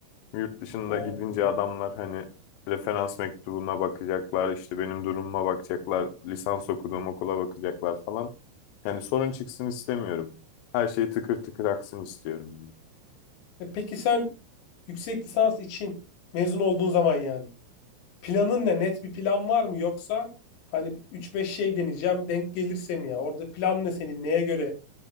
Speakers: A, on the left (about 75°); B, on the left (about 90°).
A: Yurt dışında
B: Ha,
A: gidince
B: evet.
A: adamlar hani referans mektubuna bakacaklar, işte benim durumuma bakacaklar, lisans okuduğum okula bakacaklar falan. Yani sorun çıksın istemiyorum. Her şey tıkır tıkır aksın istiyorum. yani.
B: E peki sen yüksek lisans için mezun olduğun zaman yani planın ne? Net bir plan var mı? Yoksa hani üç beş şey deneyeceğim denk gelirse mi ya? Orada plan ne senin? Neye göre